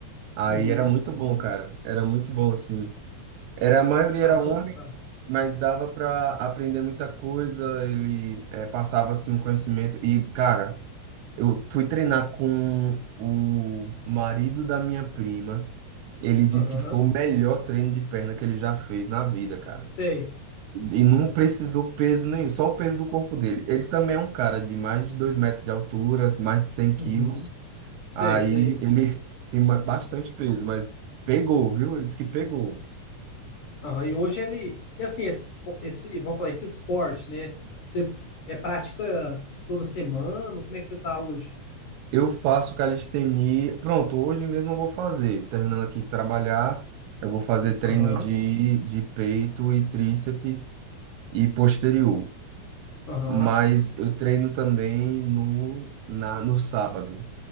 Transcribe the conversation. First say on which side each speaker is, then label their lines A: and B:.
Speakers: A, on the right; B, on the left.
A: Aí
B: Uhum.
A: era muito bom, cara. Era muito bom, assim. Era, a maioria
B: Caramba,
A: era homem
B: cara.
A: mas dava para aprender muita coisa. Ele eh, passava assim um conhecimento e cara, eu fui treinar com o marido da minha prima. Ele disse
B: Aham.
A: que foi o melhor treino de perna que ele já fez na vida, cara.
B: Sei.
A: E não precisou peso nenhum, só o peso do corpo dele. Ele também é um cara de mais de 2 metros de altura, mais de cem quilos.
B: Uhum. Sei,
A: Aí
B: sei.
A: ele tem ba- bastante peso, mas pegou, viu? Ele disse que pegou.
B: Aham, E hoje ele. E assim, esse, espo- esse, vamos falar, esse esporte, né? Você é prática toda semana? Como é que você tá hoje?
A: Eu faço calistenia. Pronto, hoje mesmo eu vou fazer. Terminando aqui de trabalhar, eu vou fazer treino
B: Aham,
A: de, de peito e tríceps e posterior.
B: aham,
A: Mas eu treino também no, na, no sábado,